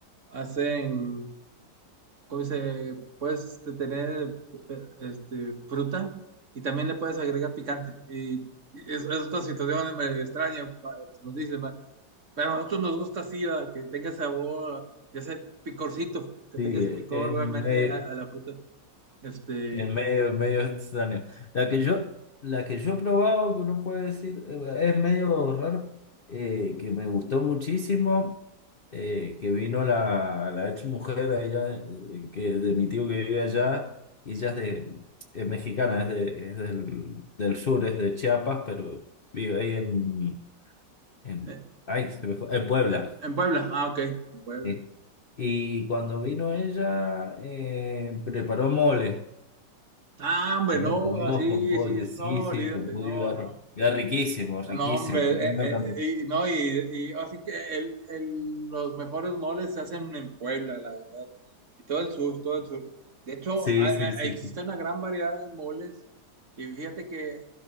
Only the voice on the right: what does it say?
hacen, ¿cómo se? Puedes te- tener eh, este, fruta y también le puedes agregar picante. Y, y es, es otra situación medio extraña, va, nos dicen, va. Pero a nosotros nos gusta así, va, que tenga sabor, ya ese picorcito, que
tenga ese picor
realmente
a, a la fruta. Este,
eh,
Eh, En Puebla, ah, ok, en Puebla.
Ah, hombre,
no,
así,
sí,
no,
olvídate,
no,
no.
No, hombre,
eh,
eh,
eh, y, no, y, y así que el, el- los mejores moles se hacen en Puebla, la verdad. Y todo el sur, todo el sur. De hecho,
hay-
hay- existe
una gran variedad de moles, y fíjate que